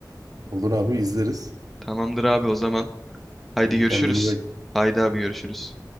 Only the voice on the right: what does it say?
Olur abi izleriz.
Hadi
kendine iyi bak.